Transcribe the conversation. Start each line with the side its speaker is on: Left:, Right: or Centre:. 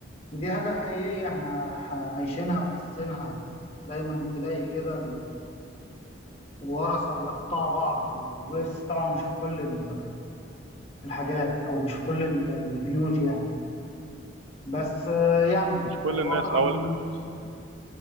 Left: ودي حاجة حقيقية احنا ح- عايشينها وحاسينها دايما تلاقي كده الورثة بيقطعوا بعض على الورث طبعا مش في كل ال- الحاجات أو مش في كل ال- البيوت يعني بس آه، يعني
Right: مش كل
Left: آه، واقع
Right: الناس اولا
Left: ملموس